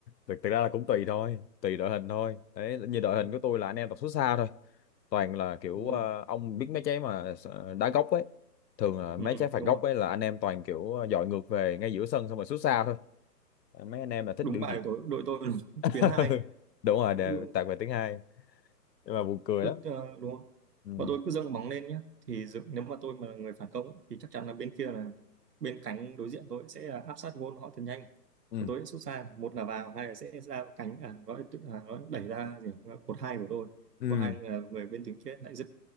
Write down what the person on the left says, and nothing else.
thực thực ra là cũng tùy thôi tùy đội hình thôi đấy như đội hình
của tôi là anh em tập xuất xa thôi toàn là kiểu
ờ, ông biết mấy trái mà ờ, đá góc ấy thường là
mấy trái phạt
góc
ấy là anh em toàn kiểu dọi ngược về ngay giữa sân xong rồi sút xa thôi mấy anh em là thích
biểu
diễn
<laughs>
đúng rồi đều
tạt về tiếng hai nhưng mà buồn cười
lắm
ừ.
ừ
ừ